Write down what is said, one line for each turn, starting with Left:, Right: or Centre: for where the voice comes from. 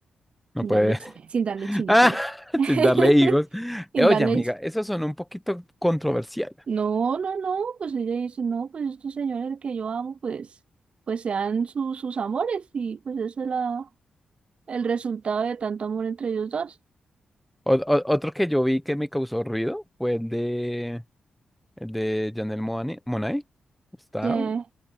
Centre: no
Right: sin
Centre: puede.
Right: darle, chi- sin darle chinito,
Centre: Ah,
Right: al-
Centre: <laughs>
Right: <laughs>
Centre: sin darle higos.
Right: sin
Centre: Eh, Oye,
Right: darle
Centre: amiga, eso son un poquito controversial.
Right: No, no, no, pues ella dice, no, pues estos señores que yo amo, pues, pues sean sus sus amores y pues ese es la, el resultado de tanto amor entre ellos dos.
Centre: O- o- otro que yo vi que me causó ruido fue el de el de Janelle Monáe. Monáe. Está,
Right: Ya.